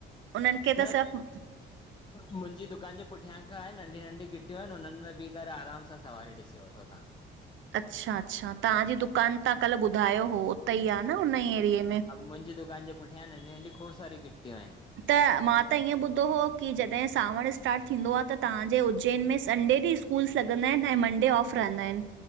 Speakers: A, on the right (about 75°); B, on the left (about 25°).
A: उन्हनि खे
B: न
A: त सिर्फ़
B: मुंजी दुकान जे पुठियां खां आहे नंढी नंढी गिटियूं आहिनि हुननि में भीह करे आराम सां सवारी ॾिसी वठो तव्हां।
A: अच्छा अच्छा! तव्हांजी दुकान तव्हां कल्ह ॿुधायो हो उतई आ न हुन ही एरिए में।
B: मुंजी दुकान जे पुठियां नंढी नंढी खोड़ सारियूं घिटियूं आहिनि।
A: त मां त ईअं ॿुधो हुओ की जॾहिं सांवण स्टार्ट थींदो आ त तव्हांजे उज्जैन में संडे ॾींंहं स्कू स्कूल्स लॻंदा आहिनि ऐं मंडे ऑफ रहंदा आहिनि?